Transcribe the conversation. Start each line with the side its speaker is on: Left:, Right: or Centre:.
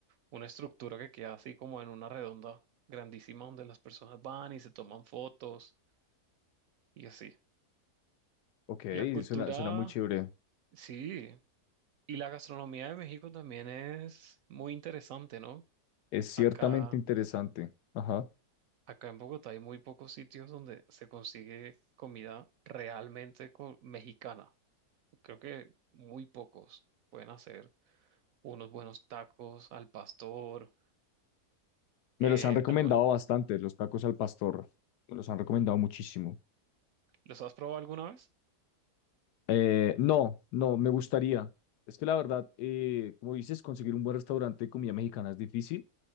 Right: una estructura que queda así como en una redonda grandísima donde las personas van y se toman fotos y así.
Left: ok,
Right: La cultura,
Left: suena, suena muy chévere.
Right: sí, y la gastronomía de México también es muy interesante, ¿no?
Left: Es ciertamente
Right: Acá,
Left: interesante. Ajá.
Right: acá en Bogotá hay muy pocos sitios donde se consigue comida realmente co- mexicana. Creo que muy pocos pueden hacer unos buenos tacos al pastor. Eh,
Left: Me los han recomendado
Right: algunos,
Left: bastante, los tacos al pastor. Me los han recomendado muchísimo.
Right: ¿los has probado alguna vez?
Left: Eh, no, no, me gustaría. Es que la verdad, eh, como dices, conseguir un buen restaurante de comida mexicana es difícil.